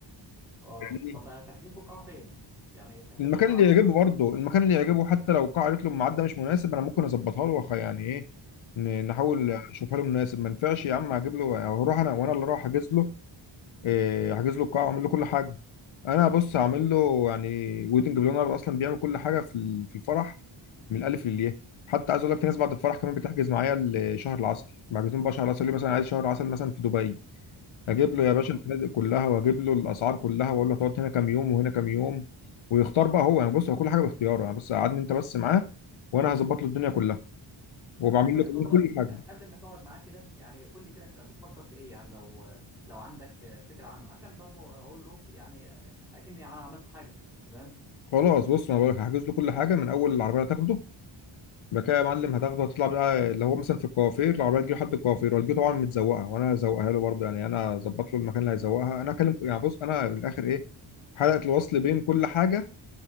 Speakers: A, in the centre; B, on the left (about 75°).
A: اه
B: يعني
A: طب تحجزوا القاعة فين؟ يعني تحجزوا
B: المكان
A: القاعة
B: اللي
A: مثلا
B: يعجبه برضه المكان اللي يعجبه حتى لو القاعة قالت له الميعاد ده مش مناسب انا ممكن اظبطها له وأخ- يعني ايه ن- نحاول
A: اه
B: نشوفها له مناسب ما ينفعش يا عم هجيب له هروح انا وانا اللي اروح احجز له إيه، حاجز له القاعه وعامل له كل حاجه انا بص هعمل له يعني ويدنج بلانر اصلا بيعمل كل حاجه في ال- في الفرح من الالف للياء حتى عايز اقول لك في ناس بعد الفرح كمان بتحجز معايا لشهر العسل محجزين بقى شهر العسل ليه مثلا عايز شهر عسل مثلا في دبي اجيب له يا
A: اه
B: باشا الفنادق كلها واجيب له الاسعار كلها واقول له هتقعد هنا كام يوم وهنا كام يوم ويختار بقى هو يعني بص هو كل حاجه باختياره يعني بس قعدني انت بس معاه وانا هظبط له الدنيا كلها وبعمل
A: طب ما
B: له كمان
A: ما بقول لك
B: كل حاجه
A: يعني قبل ما تقعد معاه كده يعني قول لي كده انت بتفكر في ايه يعني لو لو عندك فكره عامه عشان برضو اقول له يعني اكني انا عملت حاجه تمام
B: خلاص بص ما بقولك هحجز له كل حاجه من اول العربيه هتاخده يبقى كده يا معلم هتاخده هتطلع بقى اللي هو مثلا في الكوافير العربيه تجي لحد الكوافير وهتجي طبعا متزوقه وانا هزوقها له برضه يعني انا اظبط له المكان اللي هيزوقها انا اكلم يعني بص انا من الاخر ايه حلقه الوصل بين كل حاجه